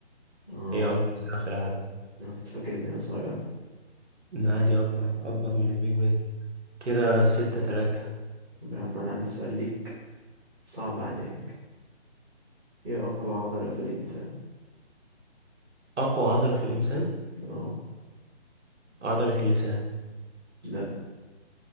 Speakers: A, on the right; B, on the right.
A: اه
B: هي أكبر ساعة في العالم
A: انا كنت فاكر ان هي صغيره
B: لا دي أكبر أكبر من البيج بن كده ستة تلاتة
A: طب يا عم انا عندي سؤال ليك صعب عليك ايه اقوى عضله في الانسان
B: أقوى عضلة في الإنسان
A: اه
B: عضلة اللسان
A: لا